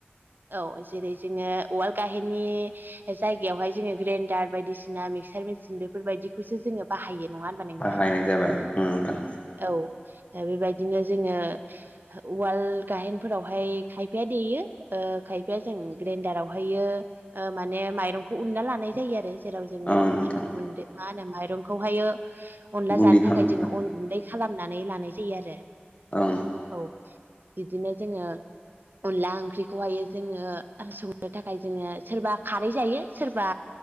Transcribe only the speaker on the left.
बाहायनाय जाबाय ओं नोंथां
ओं नोंथां
गुन्दै
खालामनो
ओं